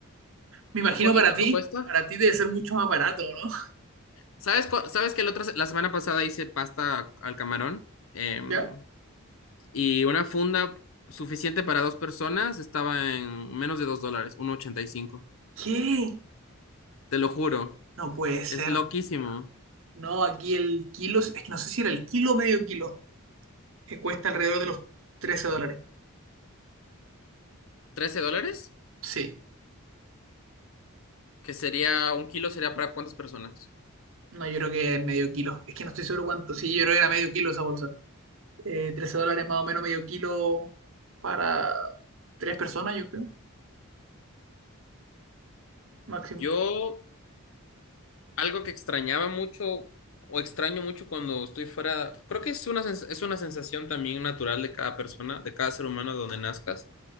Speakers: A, on the right; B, on the left.
A: Me imagino
B: ¿Y, cu-
A: para
B: y cuánto
A: ti.
B: cuesta?
A: Para ti debe ser mucho más barato, ¿no?
B: ¿Sabes, cu- sabes que el otro, se- la semana pasada hice pasta al camarón?
A: <laughs>
B: Em,
A: ¿Ya?
B: y una funda suficiente para dos personas estaba en menos de dos dólares, uno ochenta y cinco.
A: ¿Qué?
B: Te lo juro,
A: ¿Qué? No puede ser.
B: es loquísimo.
A: No, aquí el kilo, es que no sé si era el kilo o medio kilo, que cuesta alrededor de los 13 dólares.
B: Trece dólares?
A: Sí,
B: Que sería, un kilo sería para cuántas personas?
A: no, yo creo que es medio kilo. Es que no estoy seguro cuánto. Sí, yo creo que era medio kilo esa bolsa. eh, 13 dólares más o menos medio kilo para tres personas, yo creo, máximo.
B: Yo algo que extrañaba mucho o extraño mucho cuando estoy fuera, creo que es una, sens- es una sensación también natural de cada persona, de cada ser humano donde nazcas,